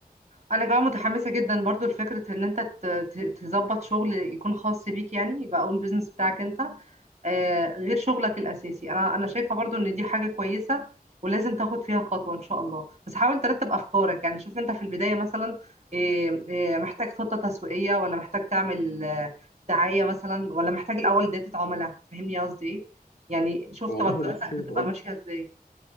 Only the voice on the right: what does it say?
انا كمان متحمسه جدا برضو لفكره ان انت ت- ت- تظبط شغل يكون خاص بيك يعني يبقى اول بيزنس بتاعك انت آه، غير شغلك الأساسي أنا أنا شايفة برضو إن دي حاجة كويسة ولازم تاخد فيها خطوة إن شاء الله بس حاول ترتب أفكارك يعني شوف أنت في البداية مثلا آه، آه، محتاج خطة تسويقية ولا محتاج تعمل آه، دعاية مثلا ولا محتاج الأول داتا عملاء فاهمني قصدي إيه يعني شوف
توجهاتك
هتبقى
ماشية إزاي